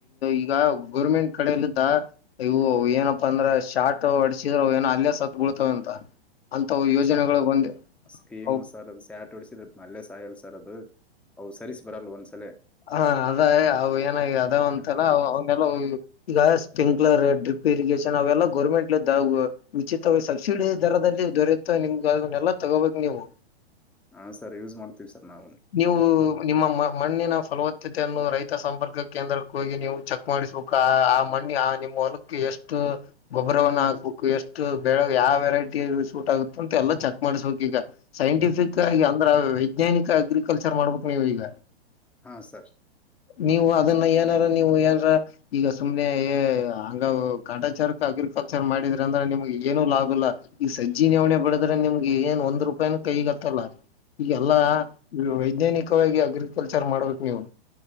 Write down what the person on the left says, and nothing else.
ಈಗ ಗೋರ್ಮೆಂಟ್ ಕಡಲ್ಲ ಇದ ಇವು ಏನಪ್ಪಾ ಅಂದ್ರೆ ಶಾರ್ಟ್ ಅಡಸಿದ್ರ ಏನ ಅಲ್ಲೇ ಸದ್ಗುಳ್ತವೆ ಅಂತ ಯೋಜನೆಗಳು
ಬಂದೆ
ಹ
ಹಾ ಅದ ಅವ ಏನಾಗಿ ಅದ ಅಂತಲ್ಲ
ಅವೆಲ್ಲ
ಈಗ ಸ್ಪ್ರಿಂಕ್ಲರ್ ಡ್ರಿಪ್ ಇರಿಗಷನ್ ನಾವೆಲ್ಲಾ ಗೌರ್ಮೆಂಟ್ ಲಿಂದ ಉಚಿತವಾಗಿ ಸಬ್ಸಿಡಿ ದರದಲ್ಲಿ ದೊರೆತ ನಿಮ್ಗ ಅದನ್ನಲ್ಲ ತಗೋಬೇಕು ನೀವು
ನೀವು ನಿಮ್ಮ ಮಣ್ಣಿನ ಫಲವತ್ತತೆಯನ್ನು ರೈತ ಸಂಪರ್ಕ ಕೇಂದ್ರಕ್ಕೆ ಹೋಗಿ ನೀವು ಚೆಕ್ ಮಾಡಿಸ್ಬೇಕು ಆ ಆ ಮಣ್ಣಿ ಆ ನಿಮ್ಮ ಹೊಲಕ್ಕೆ ಎಷ್ಟು ಗೊಬ್ಬರವನ್ನ ಹಾಕ್ಬೇಕು ಎಷ್ಟು ಬೆಳ ಯಾವ ವೆರೈಟಿ ಸೂಟ್ ಆಗುತ್ತ ಅಂತ ಎಲ್ಲ ಚೆಕ್ ಮಾಡ್ಸ್ಬೇಕಕ್ ಈಗ ಸೈಂಟಿಫಿಕ್ ಆಗಿ ಅಂದ್ರೆ ವೈಜ್ಞಾನಿಕ ಅಗ್ರಿಕಲ್ಚರ್ ಮಾಡ್ಬೇಕು ನೀವು ಈಗ
ನೀವು ಅದನ್ನ ಏನಾರ ನೀವು ಏನ್ರ ಈಗ ಸುಮ್ನೆ ಹಂಗ ಕಾಟಾಚಾರಕ್ಕೆ ಅಗ್ರಿಕಲ್ಚರ್ ಮಾಡಿ ದ್ರ ಅಂದ್ರೆ ನಿಮ್ಗೆ ಏನು ಲಾಭ ಇಲ್ಲ ಈಗ ಸಜ್ಜ ನೆವಣನೆ ಬಡಿದ್ರೆ ನಿಮ್ಗೆ ಏನ್ ಒಂದ್ ರೂಪಾಯಿನ ಕೈಗ ಆತ್ತಲ್ಲ ಈಗೆಲ್ಲಾ ವೈಜ್ಞಾನಿಕವಾಗಿ ಅಗ್ರಿಕಲ್ಚರ್ ಮಾಡ್ಬೇಕು ನೀವು